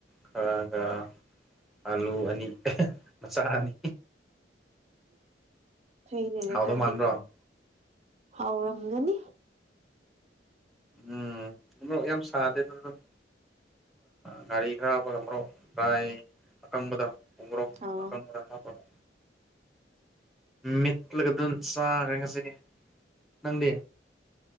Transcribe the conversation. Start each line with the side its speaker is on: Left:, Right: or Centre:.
Centre: ꯈꯔꯒ ꯑꯥꯂꯨ ꯑꯅꯤ ꯃꯆꯥꯅꯤ
Right: ꯐꯩꯅꯦ ꯅꯊꯟꯇꯥꯒꯤ
Centre: ꯍꯥꯎꯗꯧ ꯃꯥꯟꯕ꯭ꯔꯣ
Right: ꯍꯥꯎꯔꯝꯒꯅꯤ
Centre: ꯎꯝ ꯃꯣꯔꯣꯛ ꯌꯥꯝ ꯁꯥꯗꯦ ꯑꯗꯨꯝ ꯉꯥꯔꯤ ꯈꯔ ꯍꯥꯞꯄꯒ ꯃꯣꯔꯣꯛ ꯗ꯭ꯔꯥꯏ ꯑꯀꯪꯕꯗꯣ ꯎꯃꯣꯔꯣꯛ
Right: ꯑꯣ
Centre: ꯑꯀꯪꯕ ꯍꯥꯞꯄꯒꯥ ꯃꯤꯠꯂꯒꯥ ꯑꯗꯨꯝ ꯆꯥꯒ꯭ꯔꯦ ꯉꯁꯤꯗꯤ ꯅꯪꯗꯤ